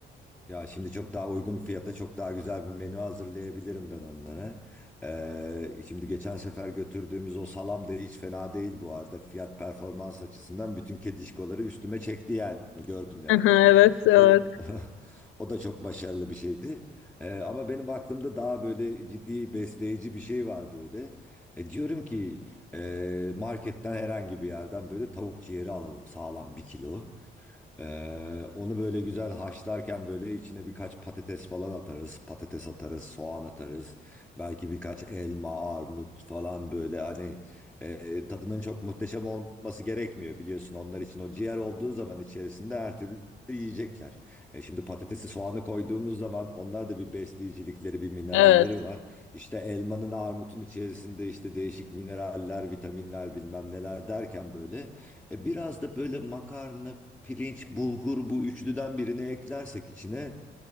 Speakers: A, in the centre; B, on the left.
A: Ya şimdi çok daha uygun fiyata çok daha güzel bir menü hazırlayabilirim ben onlara. Ee, şimdi geçen sefer götürdüğümüz o salam da hiç fena değil bu arada. Fiyat performans açısından bütün kedişkoları üstüme çekti yani. Gördün yani
B: Aha,
A: hani.
B: evet, evet.
A: O da, <laughs> o da çok başarılı bir şeydi. Ee, ama benim aklımda daha böyle ciddi besleyici bir şey var böyle. E, diyorum ki e, marketten herhangi bir yerden böyle tavuk ciğeri alalım sağlam bir kilo. Ee, onu böyle güzel haşlarken böyle içine birkaç patates falan atarız. Patates atarız, soğan atarız. Belki birkaç elma, armut falan böyle hani e, tadının çok muhteşem olması gerekmiyor biliyorsun. Onlar için o ciğer olduğu zaman içerisinde her türlü yiyecekler. E şimdi patatesi soğanı koyduğumuz zaman onlar da bir besleyicilikleri, bir mineralleri
B: Evet
A: var. İşte elmanın, armutun içerisinde işte değişik mineraller, vitaminler bilmem neler derken böyle e, Biraz da böyle makarna, pirinç, bulgur bu üçlüden birini eklersek içine